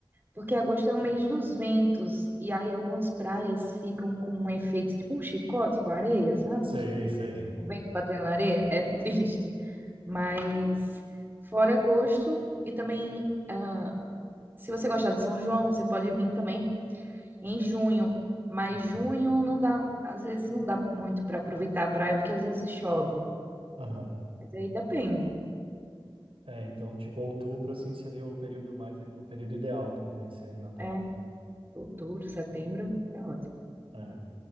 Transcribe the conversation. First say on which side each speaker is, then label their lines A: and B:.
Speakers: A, on the right (about 25°); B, on the right (about 80°).
A: Porque agosto é o mês dos ventos, e aí algumas praias ficam com um efeito tipo um chicote com areia, sabe?
B: Sei, sei.
A: O vento batendo na areia é triste, mas fora agosto, e também ah, se você gostar de São João, você pode vir também em junho, mas
B: Uhum.
A: junho não dá, às vezes não dá muito para aproveitar a praia, porque às vezes chove,
B: Aham.
A: mas aí depende,
B: É, então, tipo, outubro assim seria o período mais o período ideal para conhecer Natal.
A: é outubro, setembro, é ótimo.
B: É.